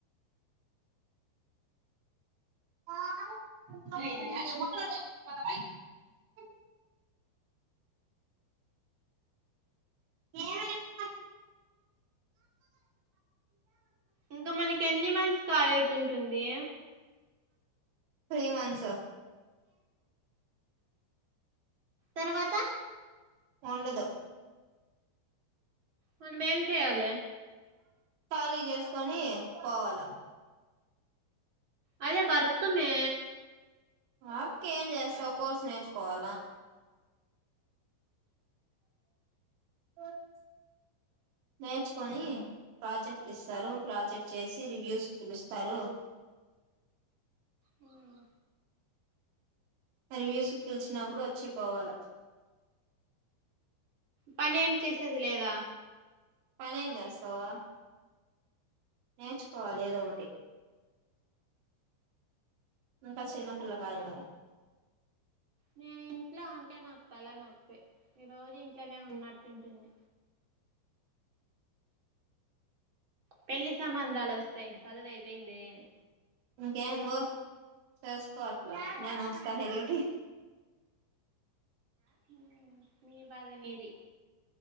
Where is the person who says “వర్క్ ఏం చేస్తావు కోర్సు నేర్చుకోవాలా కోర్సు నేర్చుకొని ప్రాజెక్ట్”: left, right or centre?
Right